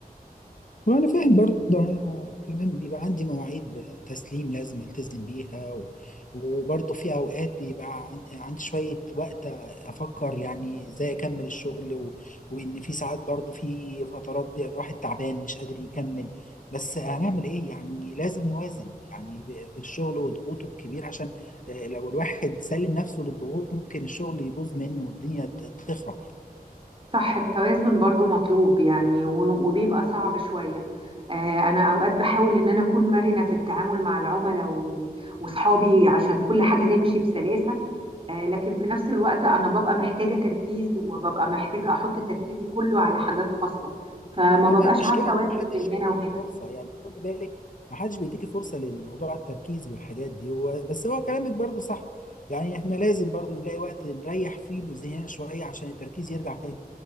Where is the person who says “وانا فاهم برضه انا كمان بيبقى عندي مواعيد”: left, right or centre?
Left